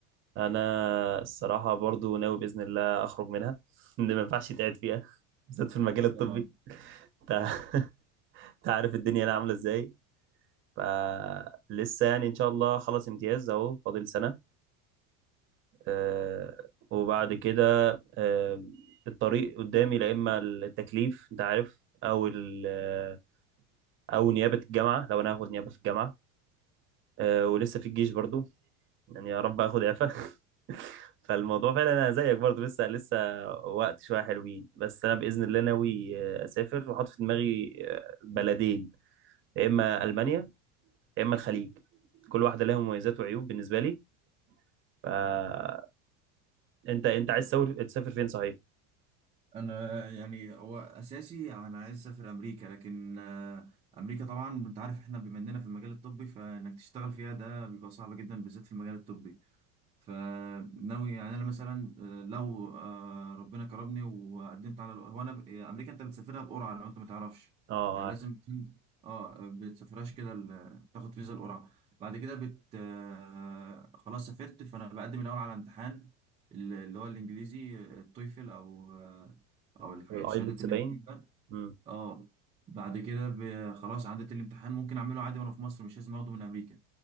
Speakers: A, on the right; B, on the right.
A: انا الصراحة برضو ناوي بإذن الله اخرج منها <laughs> اللي ما ينفعش يتقعد فيها بالذات في المجال الطبي
B: طبعا
A: انت أنت عارف الدنيا هنا عاملة ازاي فلسه يعني ان شاء الله خلص امتياز اهو فاضل سنة آه، وبعد كده آه، الطريق قدامي لا اما التكليف انت عارف او ال- آه، او نيابه الجامعه لو انا هاخد نيابه في الجامعه آه، ولسه في الجيش برضو يعني يا رب اخد اعفاء <laughs> فالموضوع فعلا انا زيك برضو لسه لسه وقت شويه حلوين بس انا باذن الله ناوي آه، اسافر وحاطط في دماغي آه، بلدين يا اما المانيا يا اما الخليج كل واحده لها مميزات وعيوب بالنسبه لي فانت انت أنت عايز تسافر تسافر فين صحيح
B: انا يعني هو اساسي انا عايز اسافر امريكا لكن آه، امريكا طبعا انت عارف احنا بما اننا في المجال الطبي فانك تشتغل فيها ده بيبقى صعب جدا بالذات في المجال الطبي فناوي يعني انا مثلا آه، لو آه، ربنا كرمني وقدمت على هو انا ب- امريكا انت بتسافرها بقرعه لو انت ما تعرفش
A: اه
B: آه، لازم بتكون- اه بتسافرهاش كده ال- تاخد فيزا القرعه بعد كده بت آه، خلاص سافرت فانا بقدم الاول على امتحان ال- اللي هو الانجليزي آه، التويفل او آه، او الح-
A: والايلتس
B: الشهادات اللي
A: باين
B: من ده
A: امم
B: اه بعد كده ب- خلاص عديت الامتحان ممكن اعمله عادي وانا في مصر مش لازم اخده من امريكا